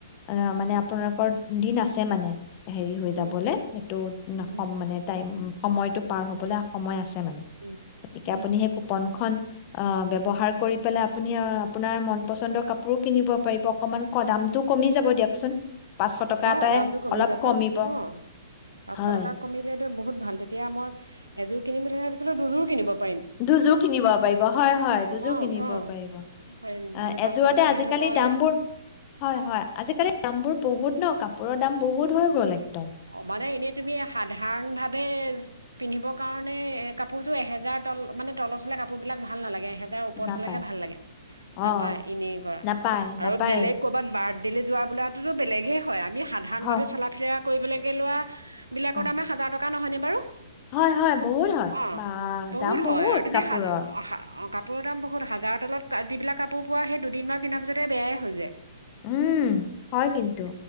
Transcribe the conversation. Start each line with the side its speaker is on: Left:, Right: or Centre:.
Left: অ
Right: উম
Left: মানে আপোনাৰ দিন আছে মানে হেৰি হৈ
Right: উম
Left: যাবলে সেইটো নখম
Right: উম
Left: মানে টাইম সময়তটো পাৰ হবলৈ সময় আছে
Right: উম
Left: গতিকে
Right: উম
Left: আপুনি সেই কুপনখন অ ব্যহাৰ কৰি পেলাই আপুনি আপোনাৰ মন পচন্দৰ কাপোৰো কিনিব পাৰিব অকমান দামতটো কমি যাব হ'ব দিয়কচোন পাঁচশ টকা
Right: অ
Left: এটাই
Right: দামতটো কমি
Left: অলপ
Right: যাব
Left: কমিব
Right: অ পাঁচশ
Left: হয়
Right: টকা কমিলিয়েতো বহুত ভাল তেতিয়া মই এযোৰ কিনিম বুলি তাৰিছত দুযোৰ কিনিব পাৰিম
Left: দুযোৰ কিনিব পাৰিব হয় হয় দুযোৰ
Right: অ
Left: কিনিব
Right: অ
Left: পাৰিব
Right: পাৰিম মানে পাঁচশ
Left: এযোৰাতে
Right: টকা
Left: আজিকালি
Right: যিহেতু মই
Left: দামবোৰ হয় হয় আজিকালি দামবোৰ বহুত ন কাপোৰৰ দাম বহুত হৈ গ'ল এক
Right: অ মানে এনেই তুমি সাধাৰণ ভাৱে পিন্ধিবৰ কাৰণে কাপোৰতো এহেজাৰ তল মানে তলৰ ফললে কাপোৰ বিলাক ভাল নালাগে এটা ওপৰত
Left: নাপায়
Right: হলেহে ভাল লাগে
Left: অঁ,
Right: নাপাই এনেই কৰা
Left: নাপায়,
Right: আৰু
Left: নাপায়ে।
Right: বেলেগ কৰবাত বাড আ যোৱা বোলাো বেলেগে হয় আমি সাধাৰণভাৱে
Left: হয়,
Right: চলা ফিলে কৰিবলৈকে লোৱা বিলাকৰ
Left: অ।
Right: দামে হাজাৰ টকা থকা নহয়নে বাৰু
Left: হয় হয় বহুত হয়
Right: অ
Left: বা দাম বহুত
Right: হয় আৰু তুমি
Left: কাপোৰৰ
Right: হা হা অ কাপোৰৰ দাম বহুত হাজাৰ তলত যিবিলাক কাপোৰ পোৱা সেই দুদিনমান পিন্ধাৰ পিছতেই বেয়াই হৈ যায়
Left: উম হয় কিন্তু